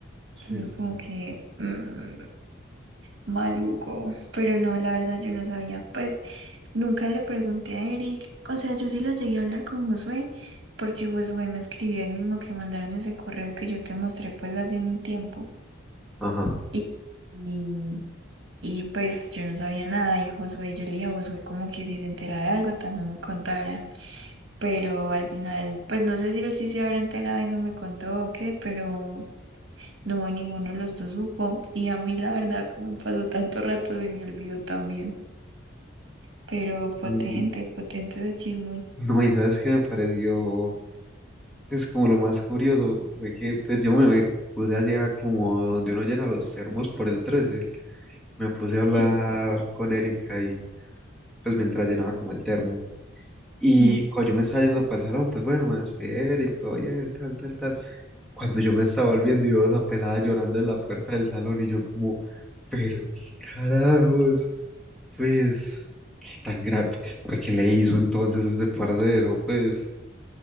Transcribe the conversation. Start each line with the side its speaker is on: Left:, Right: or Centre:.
Centre: Sí,
Right: Entonces
Centre: sí.
Right: como que mm, maluco, pero no, la verdad yo no sabía. Pues nunca le pregunté a Eric, o sea, yo sí lo llegué a hablar con Josué, porque Josué me escribió ahí mismo que mandaron ese correo que yo te mostré pues hace un tiempo.
Centre: Ajá.
Right: Y, y, y, pues yo no sabía nada y Josué, yo le dije a Josué como que si se enteraba de algo también me contara, pero al final, pues no sé si él sí se habrá enterado y no me contó o qué, pero... No, ninguno de los dos supo. Y a mí, la verdad, como pasó tanto rato, se me olvidó también. pero potente,
Centre: Y
Right: potente de chisme.
Centre: no, y sabes qué me pareció. pues como lo más curioso fue que pues yo me, me puse allá como donde uno llena los termos por el 13. Me puse a hablar
Right: Sí,
Centre: con Erika y pues mientras llenaba como el termo. Y
Right: Mm,
Centre: cuando yo me estaba yendo para el salón, pues bueno, me despedí, de Eric, todo bien, tal, tal, tal. Cuando yo me estaba volviendo y veo a esa pelada llorando en la puerta del salón y yo como, pero qué carajos, pues, qué tan grave, porque le hizo entonces ese parcero, pues,